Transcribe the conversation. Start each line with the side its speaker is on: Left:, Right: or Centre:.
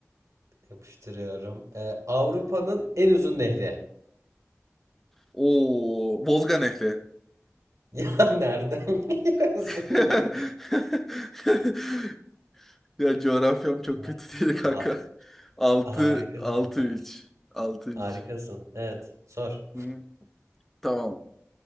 Right: Yapıştırıyorum. Ee, Avrupa'nın en uzun nehri. <laughs>
Centre: Oo, Volga Nehri.
Right: Ya nereden biliyorsun
Centre: <laughs>
Right: bunu? <laughs>
Centre: Ya coğrafyam çok
Right: Harika.
Centre: kötü değil kanka.
Right: Ha-
Centre: Altı
Right: harikasın.
Centre: 6
Right: Ha-
Centre: 3 6 3.
Right: harikasın. Evet. Sor.
Centre: Hı, tamam.